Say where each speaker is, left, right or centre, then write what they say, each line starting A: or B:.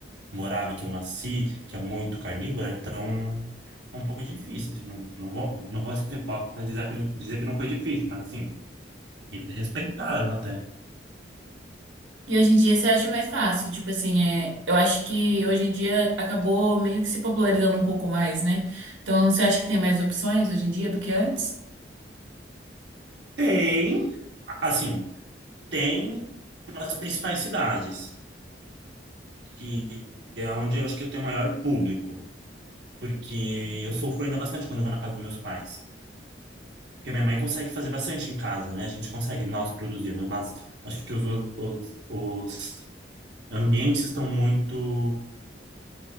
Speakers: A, on the right (about 65°); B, on the right (about 85°).
A: morada que eu nasci, que é muito carnívora, então é um pouco difícil, assim, não, não vou, não vou ser hipócrita e dizer que, dizer que não foi difícil, mas assim, eles respeitaram até.
B: E hoje em dia você acha mais fácil, tipo assim, é, eu acho que hoje em dia acabou meio que se popularizando um pouco mais, né? Então você acha que tem mais opções hoje em dia do que antes?
A: Tem, assim, tem nas principais cidades, que é onde eu acho que eu tenho maior público, porque eu sofro ainda bastante quando eu vou na casa dos meus pais. Porque a minha mãe consegue fazer bastante em casa, né? A gente consegue nós produzir, mas acho que os, os, os ambientes estão muito